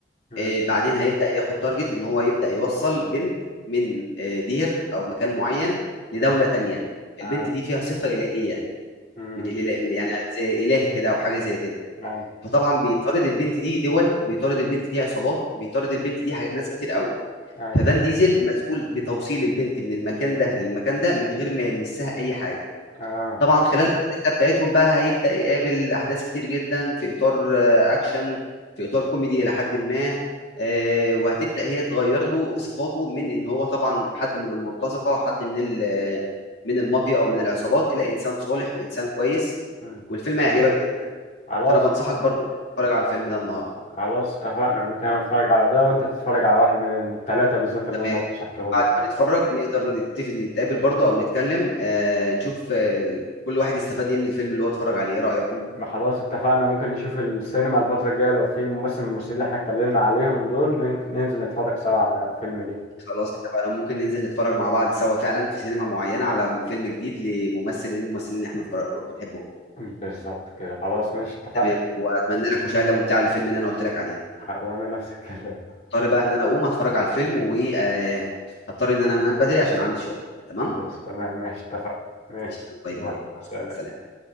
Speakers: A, on the left (about 40°); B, on the left (about 65°).
A: امم
B: آه، بعدين هيبدأ ياخد تارجت ان هو يبدأ يوصل بنت من آه، دير او مكان معين لدولة
A: امم
B: تانية
A: اه
B: البنت دي فيها صفة إلهية
A: امم
B: من الإله من يعني زي إله كده او حاجة زي كده
A: اي
B: فطبعا بيطارد البنت دي دول بيطارد البنت دي عصابات بيطارد البنت دي حاجات- ناس كتير قوي
A: اي
B: ففان ديزل مسؤول بتوصيل البنت من المكان ده للمكان ده من غير ما يمسها اي حاجة
A: اه
B: طبعا خلال بقى الرحله بتاعتهم بقى هيبدا يقابل احداث كتير جدا في اطار آه، اكشن في اطار كوميدي الى حد ما آه، وهتبدا هي تغير له صفاته من ان هو طبعا حد من المرتزقه حد من ال- آه، من المافيا او من العصابات الى انسان صالح وانسان كويس
A: مم.
B: والفيلم هيعجبك جدا
A: خلاص
B: فانا بنصحك برضو إنك تتفرج على الفيلم ده النهارده
A: خلاص اتفقنا ممكن انا اتفرج على ده وانت تتفرج على واحد من الثلاثه بالذات اللي
B: تمام
A: انا رشحتهم
B: بعد
A: لك
B: ما
A: يعني
B: نتفرج نقدر نتفق نتقابل برضو او نتكلم آه، نشوف آه، ال- كل واحد يستفاد ايه من الفيلم اللي هو اتفرج عليه ايه رايك
A: م- خلاص اتفقنا ممكن نشوف السينما الفتره الجايه لو في ممثل من الممثلين اللي احنا اتكلمنا عليهم دول نن- ننزل نتفرج سوا على فيلم ليه
B: خلاص اتفقنا ممكن ننزل نتفرج مع بعض سوا فعلا في سينما معينة على فيلم جديد لممثل من الممثلين اللي احنا اتفرج- بنحبهم
A: بالظبط كده خلاص ماشي اتفقنا
B: تمام واتمنى لك مشاهدة ممتعة للفيلم اللي انا قلت لك عليه
A: خ- وانا نفس الكلام
B: اضطر بقى ان انا اقوم اتفرج على الفيلم واضطر ان انا انام بدري عشان عندي شغل تمام
A: خلاص تمام ماشي اتفقنا ماشي
B: ماشي، باي
A: يلا
B: باي مع
A: سلام
B: السلامة